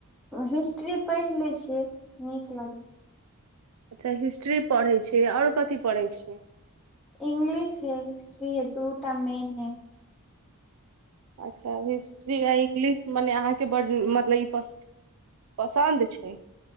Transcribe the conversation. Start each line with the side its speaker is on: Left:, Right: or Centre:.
Centre: हिस्ट्री पढ़ि लै छियै, नीक लागै।
Right: अच्छा हिस्ट्री पढ़ैत छिय आओर कथी पढ़ैत छियै?
Centre: इंग्लिश है हिस्ट्री है दूटा मेन है।
Right: अच्छा, हिस्ट्री आ इंग्लिश मने अहाँके बड्ड मतलब ई पश पसन्द छै।